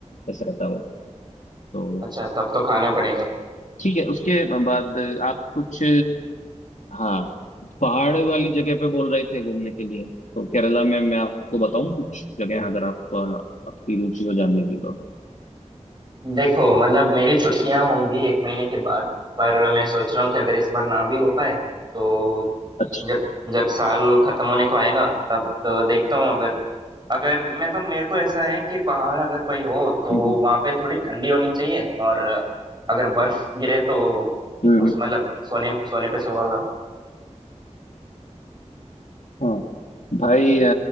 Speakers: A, on the left; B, on the right.
A: वैसा रहता है वो तो
B: अच्छा तब तो खाना पड़ेगा
A: ठीक है उसके बाद आप कुछ हाँ पहाड़ वाली जगह पे बोल रहे थे घूमने के लिए तो केरला में मैं आपको बताऊं कुछ जगह अगर आप अ, आपकी रुचि हो जानने की तो
B: देखो मतलब मेरी छुट्टियां होंगी एक महीने के बाद पर मैं सोच रहा हूँ कि अगर इस बार ना भी हो पाए तो
A: अच्छा
B: जब जब साल खत्म होने को आएगा तब तो देखता हूँ अगर अगर मतलब मेरे को ऐसा है कि पहाड़ अगर कोई हो तो
A: हम्म
B: वहां पे थोड़ी ठंडी होनी चाहिए और अगर बर्फ गिरे तो
A: हम्म
B: उस मतलब सोने सोने पे सुहागा
A: हम्म, भाई अ,